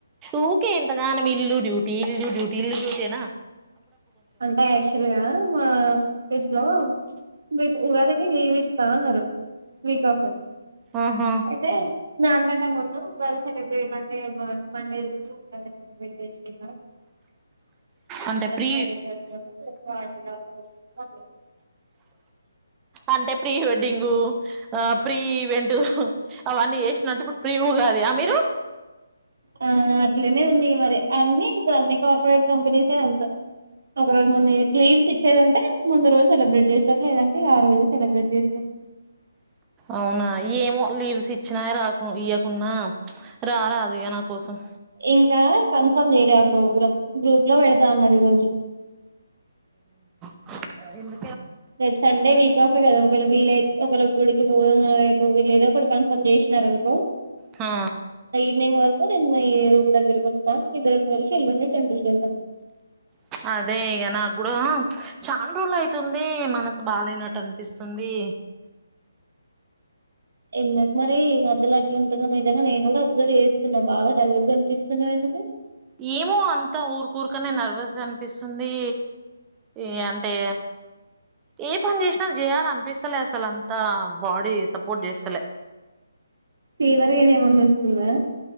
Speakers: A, on the right; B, on the right.
A: ఊకే ఇంతగానం ఇల్లు డ్యూటీ ఇల్లు డ్యూటీ ఇల్లు డ్యూటీయేనా
B: అంటే యాక్చువల్ గా మా ఆఫీస్ లో రేపు ఉగాదికి లీవ్ ఇస్తా అన్నారు వీక్ ఆఫ్
A: ఆహా
B: అయితే నాలు గంటల ముందు ఉగాది సెలబ్రేట్ <unintelligible> అంటే మం మండే ఉగాది సెలెబ్రేట్ చేసుకుందాం.
A: అంటే ప్రి
B: సరే <unintelligible>
A: అంటే ప్రీ వెడ్డింగు ఆ ప్రీవ్ ఈవెంటు అవన్నీ చేసినట్టు, ఇప్పుడు ప్రీ ఉగాది ఆ మీరు.
B: ఆ అట్లనే ఉంది మరి అన్ని ఇగ అన్ని కార్పొరేట్ కంపెనీసే అంత. ఒక రోజు ముందు లీవ్స్ ఇచ్చేదుంటే ముందు రోజు సెలబ్రేట్ చేస్తారు లేదంటే ఇగ ఆ రోజు సెలబ్రేట్ చేస్తారు.
A: అవునా ఏమో లీవ్స్ ఇచ్చినాయ్ రాకు ఇయ్యకున్నా రా రాదు ఇగ నా కోసం.
B: ఇంకా కన్ఫర్మ్ చేయలే ఆ ప్రోగ్రామ్. గ్రూప్ లో పెడతా అన్నారు ఈ రోజు.
A: ఆ ఎందు
B: రేపు సండే వీక్ ఆఫే కదా ఒక వేళ వీలయ్ ఒక వేళ గుడికి పోదాం ఆ రేపు వీలైతే అక్కడ ఫంక్షన్ చేస్ న్నారనుకో
A: హా
B: ఈవినింగ్ వరకు నేను మీ రూమ్ దగ్గరకి వస్తా ఇద్దరం కలిసి ఎల్లుండి టెంపుల్ కెళ్దాం.
A: అదే ఇగ నాగ్గూడ చాన్ రోలు అయితుంది మనసు బాలేనట్టు అనిపిస్తుంది.
B: ఎందుకు మరి ఈ మధ్యలో అట్లుంటున్నావ్? నిజంగా నేను కూడా అబ్జర్వ్ చేస్తున్నా బాగా డల్లు గ్గనిపిస్తున్నావు ఎందుకు?
A: ఏమో అంత ఊరుకూరుకనే నర్వస్ గా అనిపిస్తుంది ఇగ అంటే ఏ పని చేసినా చేయాలనిపిస్తలే అసలు అంతా బాడీ సపోర్ట్ చేస్తలే.
B: ఫీవర్ <unintelligible> ఏమన్నా వస్తుందా?